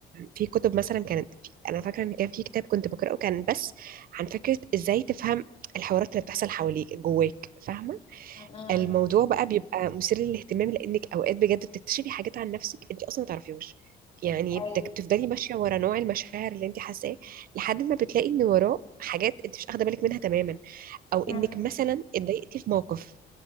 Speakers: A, on the right; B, on the left.
A: في كتب مثلا كانت في انا فاكره ان كان في كتاب كنت بقراه كان بس عن فكره ازاي تفهم الحوارات اللي بتحصل حواليك جواك فاهمه
B: أمم،
A: الموضوع بقى بيبقى مثير للاهتمام لانك اوقات بجد بتكتشفي حاجات عن نفسك انت اصلا ما تعرفيهوش يعني
B: ايوه
A: بتك- بتفضلي ماشيه ورا نوع المشاعر اللي انت حاساه لحد ما بتلاقي ان وراه حاجات انت مش واخده بالك منها تماما او انك
B: أمم،
A: مثلا اتضايقتي في موقف